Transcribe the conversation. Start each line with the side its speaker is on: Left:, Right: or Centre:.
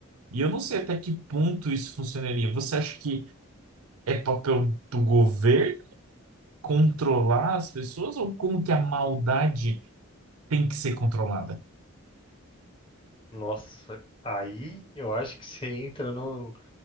Right: E eu não sei até que ponto isso funcionaria. Você acha que é papel do governo? controlar as pessoas ou como que a maldade tem que ser controlada?
Left: Nossa, aí eu acho que você entra num,